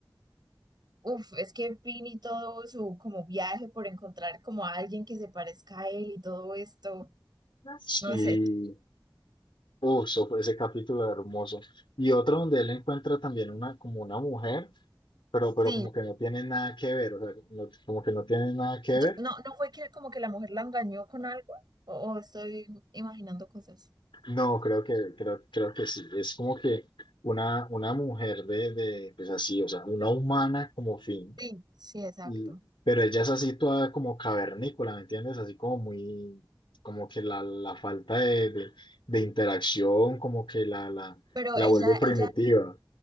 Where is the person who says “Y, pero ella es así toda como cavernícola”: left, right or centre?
Left